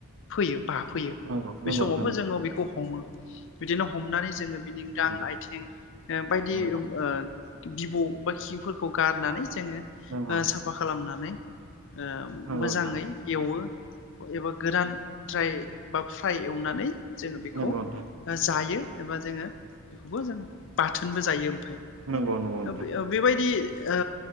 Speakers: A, on the left; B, on the right.
A: फैयोबा फैयो
B: नंगौ
A: बे
B: नंगौ
A: समावबो
B: नोंथां
A: जोङो बेखौ हमो। बिदिनो हमनानै जोङो बिनि गां
B: नंगौ
A: आइथिं ओ बायदि
B: नंगौ
A: ओ बिबौ बा खिफोरखौ गारनानै। जोङो ओ
B: नंगौ
A: साफा खालामनानै। ओ
B: नंगौ
A: मोजाङै
B: नोंथां
A: एवो एबा <unintelligible> जाय बा फ्राय एवनानै। जोङो बेखौ
B: नंगौ
A: ओ
B: नोंथां
A: जायो। एबा जोङो बेखौबो जों बाथोनबो जायो। <unintelligible>
B: नंगौ नंगौ नोंथां
A: बेबायदि। ओ